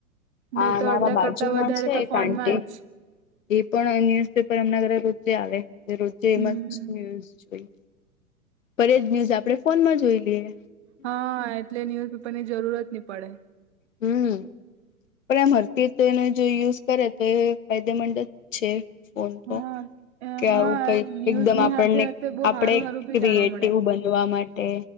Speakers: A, on the right; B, on the left.
A: નહી
B: આ
A: તો
B: મારા
A: અડધા
B: બાજુમાં
A: કરતા વધારે
B: છે,
A: તો
B: એક
A: ફોનમાં
B: આંટી.
A: જ
B: એ પણ ન્યુઝપેપર એમના ઘરે રોજે આવે રોજે એમ
A: હમ
B: <unintelligible> ન્યૂઝ જોઈ. પર જ ન્યૂઝ આપણે ફોનમાં જોઈ લઈએ.
A: હા એટલે ન્યુઝપેપર ની જરૂરત ની પડે.
B: હમ. પણ <unintelligible> તો એને જો યુઝ કરેતો એ ફાયદેમંદ જ છે. ફોન તો
A: હા
B: કે
A: હા
B: આવું કંઈ
A: ન્યૂઝની
B: એકદમ આપણને
A: હાથે હાથે બહુ
B: આપણેે
A: હારું હારું બી
B: ક્રિએટિવ
A: જાણવા મળે
B: બંને. જોવા માટે,